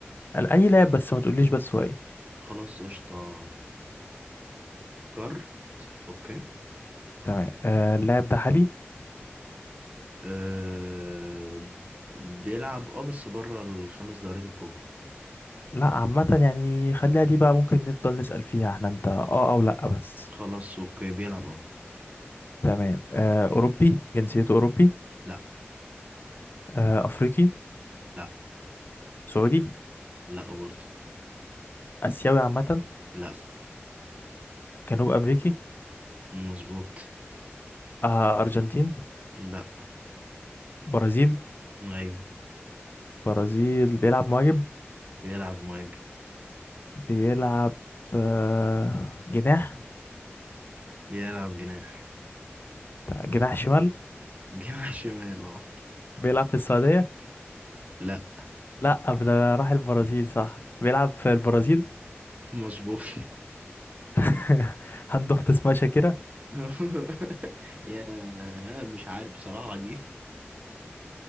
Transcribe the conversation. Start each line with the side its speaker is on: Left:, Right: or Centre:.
Left: قال اي لاعب بس ما تقوليش بس هو ايه
Right: خلاص قشطة فكرت اوكي
Left: تمام آه اللاعب ده حالي
Right: أه... بيلعب اه بس بره الخمس دوريات الكبرى
Left: لا عامة يعني خليها دي بقى ممكن نفضل نسأل فيها احنا انت اه او لا بس
Right: خلاص اوكي بيلعب اه
Left: تمام آه اوروبي جنسيته اوروبي
Right: لا
Left: آه افريقي
Right: لا
Left: سعودي
Right: لا برضه
Left: اسيوي عامة
Right: لا
Left: جنوب امريكي
Right: مظبوط
Left: آه ارجنتين
Right: لا
Left: برازيل
Right: ايوه
Left: برازيل بيلعب مهاجم
Right: بيلعب مهاجم
Left: بيلعب آه جناح
Right: بيلعب جناح
Left: جناح شمال
Right: <laughs> جناح شمال اه
Left: بيلعب في السعودية
Right: لا
Left: لا ده راح البرازيل صح بيلعب في البرازيل
Right: مظبوط
Left: <laughs> عنده اخت اسمها شاكيرا
Right: <laughs> يا مش عارف بصراحة دي